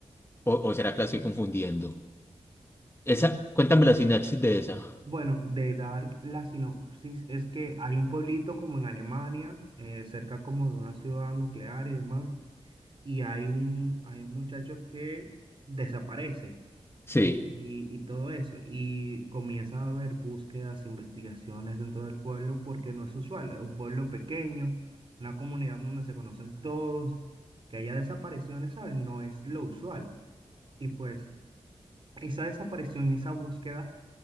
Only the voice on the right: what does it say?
Bueno, de Dark, la sinopsis es que hay un pueblito como en Alemania, eh, cerca como de una ciudad nuclear y demás, y hay un, hay un muchacho que desaparece
y, y todo eso, y comienza a haber búsquedas, investigaciones dentro del pueblo porque no es usual, es un pueblo pequeño, una comunidad donde se conocen todos, que haya desapariciones, ¿sabes? No es lo usual. Y pues esa desaparición, y esa búsqueda